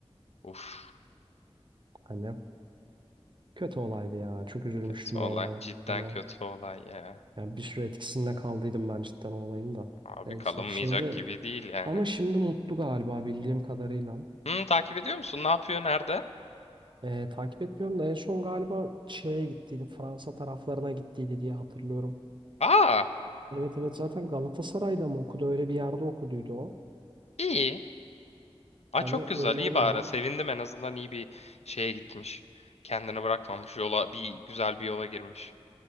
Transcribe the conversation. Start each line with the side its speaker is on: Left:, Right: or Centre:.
Left: Uf.
Right: Hani kötü olaydı ya. Çok üzülmüştüm
Left: Kötü olay.
Right: o olaya.
Left: Cidden
Right: Hani
Left: kötü olay ya.
Right: yani bir süre etkisinde kaldıydım ben cidden o olayın da.
Left: Abi
Right: Neyse
Left: kalınmayacak
Right: şimdi
Left: gibi değil yani.
Right: ama şimdi mutlu galiba bildiğim kadarıyla.
Left: Hı, takip ediyor musun? Ne yapıyor? Nerede?
Right: Ee, takip etmiyorum da en son galiba şeye gittiydi Fransa taraflarına gittiydi diye hatırlıyorum.
Left: Aa!
Right: Evet evet zaten Galatasaray'da mı okudu öyle bir yerde okuduydu o.
Left: İyi. Ay
Right: Hani
Left: çok güzel.
Right: öyle
Left: iyi
Right: olunca
Left: bari. Sevindim en azından iyi bir şeye gitmiş. Kendini bırakmamış. Yola bir güzel bir yola girmiş.